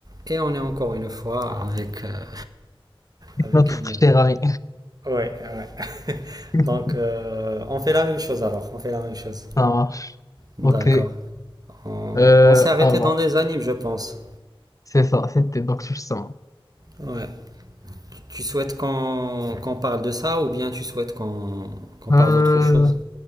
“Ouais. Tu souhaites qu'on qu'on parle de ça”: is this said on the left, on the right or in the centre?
Right